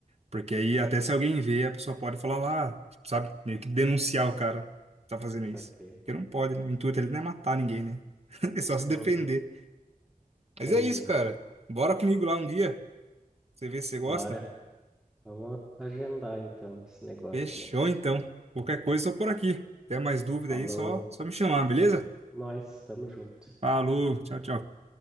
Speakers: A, on the right (about 45°); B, in the centre.
A: Porque aí até se alguém vê, a pessoa pode falar lá, tipo, sabe? Meio que denunciar o cara que tá fazendo
B: Isso
A: isso.
B: aqui.
A: Porque não pode, né? O intuito ali não é matar ninguém, né? <laughs> É só se
B: Uhum.
A: defender. Mas
B: Entendi.
A: é isso, cara. Bora comigo lá um dia. Você vê se você
B: Bora.
A: gosta.
B: Vamos agendar então esse negócio
A: Fechou,
B: aí.
A: então. Qualquer coisa, só por aqui. Até mais dúvida
B: Falou.
A: aí, só, só me chamar, beleza?
B: Nós estamos junto.
A: Falou, tchau, tchau.